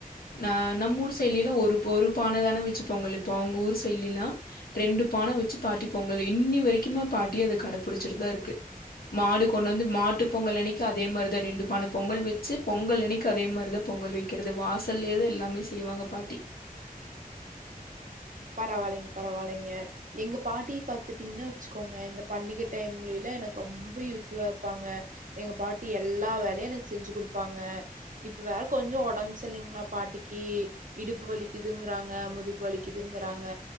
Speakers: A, on the left; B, on the right.
A: ந நம்ம ஊர் சைட்டுலேலா ஒரு ஒரு பானதான வச்சி பொங்கல் வைப்போ அவங்க ஊர் செடுலா ரெண்டு பான வச்சி பாட்டி பொங்கல் இன்னி வரைக்குமே பாட்டி அத கடை புடிச்சிட்டுதா இருக்கு மாடு கொண்டு வந்து மாட்டு பொங்கல் அனைக்கு அதே மாரிதா ரெண்டு பான பொங்கல் வச்சி பொங்கல் அன்னைக்கு அதே மாரிதா பொங்கல் வைக்கிறது வாசல்லேதா எல்லாமே செய்வாங்கே பாட்டி
B: பரவாலைங்க பரவாலைங்க எங்க பாட்டிய பாத்துட்டீங்கன்னா வச்சுக்கோங்க இந்த பண்டிகை டைம்ல எல்லாம் எனக்கு ரொம்ப யூஸ்ஃபுல்லா இருப்பாங்க எங்க பாட்டி எல்லா வேலையு எனக்கு செஞ்சு கொடுப்பாங்க இப்ப வேற கொஞ்சோ உடம்பு செல்லைங்களா பாட்டிக்கு இடுப்பு வலிக்குதுங்கறாங்க முதுக்கு வலிக் க்குதுங்கறாங்க